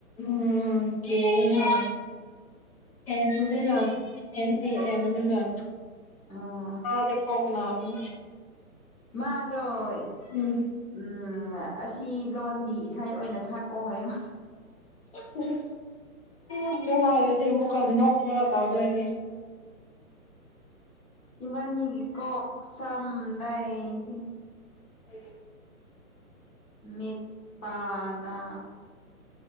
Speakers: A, on the left; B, on the left.
A: ꯎꯝ ꯀꯦꯒ ꯑꯦꯟꯒ ꯑꯦꯟ ꯑꯦꯑꯦꯝ ꯗꯨꯒ
B: ꯑ
A: ꯑꯥꯗ ꯀꯣꯛꯉꯥꯎꯕꯅꯤ
B: ꯃꯥꯗꯣꯏ
A: ꯎꯝ
B: ꯎꯝ ꯑꯁꯤ ꯂꯣꯟꯒꯤ ꯏꯁꯩ ꯑꯣꯏꯅ ꯁꯛꯑꯣ ꯍꯥꯏꯌꯣ
A: ꯎꯝ ꯑꯗꯨ ꯍꯥꯏꯔꯗꯤ ꯑꯃꯨꯛꯀ ꯅꯣꯛꯂꯒ ꯇꯧꯗꯣꯏꯅꯤ
B: ꯏꯕꯥꯅꯤꯒꯤ ꯀꯣꯛ ꯁꯝ ꯂꯩꯏꯁꯦ
A: ꯎꯝ
B: ꯃꯤꯠ ꯄꯥ ꯅꯥ